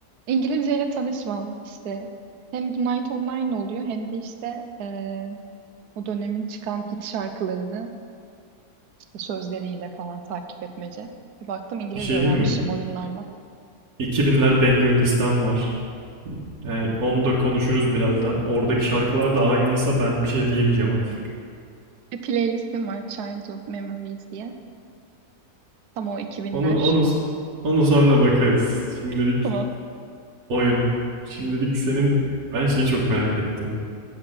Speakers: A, on the right (about 80°); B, on the right (about 65°).
A: İngilizceyle tanışmam işte. Hem Night Online oluyor hem de işte eee, o dönemin çıkan hit şarkılarını işte sözleriyle falan takip etmece. Bir baktım İngilizce
B: Bir şey
A: öğrenmişim
B: diyeyim mi?
A: oyunlarla.
B: 2000'ler banger listem var. Yani onu da konuşuruz birazdan. Oradaki şarkılar da aynıysa ben bir şey diyemeyeceğim artık.
A: Bir playlistim var Childhood Memories diye. Tam o 2000'ler.
B: Onu onu onu sonra bakarız. Şimdilik
A: Tamam.
B: oyun. Şimdilik senin ben şeyi çok merak ettim.